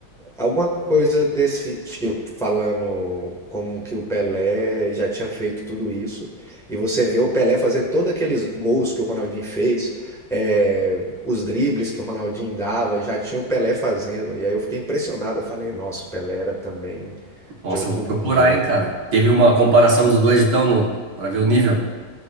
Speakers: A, in the centre; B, on the right.
A: Alguma coisa desse tipo, falando como que o Pelé já tinha feito tudo isso, e você vê o Pelé fazendo todos aqueles gols que o Ronaldinho fez, eh, os dribles que o Ronaldinho dava, já tinha o Pelé fazendo, e aí eu fiquei impressionado, eu falei, nossa, o Pelé era também
B: Nossa,
A: de outro
B: eu vou procurar,
A: mundo, né?
B: hein, cara. Teve uma comparação dos dois, então, no, pra ver o nível.